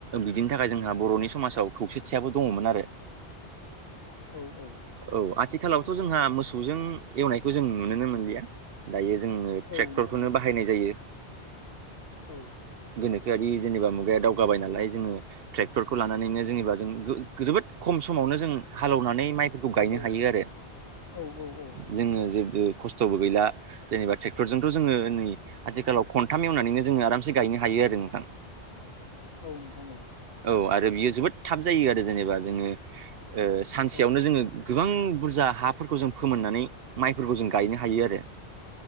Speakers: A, on the right (about 65°); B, on the left (about 65°).
A: बिदिनि थाखाय जोंहा बर'नि समाजाव खौसेथियाबो दङमोन आरो।
B: औ - औ।
A: औ आथिखालावथ' जोंहा मोसौजों एवनायखौ जों नुुनोनो मोनलिया दायो जोङो
B: औ
A: ट्रेक्टरखौनो
B: नोंथां औ
A: बाहायनाय जायो।
B: औ।
A: गोनोखोआरि जेनेबा मुगाया दावगाबाय नालाय जोङो ट्रेक्टर खौ लानानैनो जेनेबा जों गो जोबोद खम समावनो जों हालेवनानै माइ खौ गायनो
B: औ
A: हायो आरो
B: औ औ औ
A: जोङो जेबो खस्थ खस्थ'बो गैला जेनेबा ट्रेक्टरजोंथ' जोङो नै आथिखालाव खनथाम एवनानैनो जोङो आरामसे गायनो हायो आरो नोंथां।
B: औ नोंथां औ
A: औ आरो बियो जोबोद थाब जायो आरो जेनेबा जोङो ओ सानसेयावनो
B: औ
A: जोङो गोबां बुरजा हाफोरखौ जों फोमोननानै माइफोरखौ जों गायनो हायो आरो।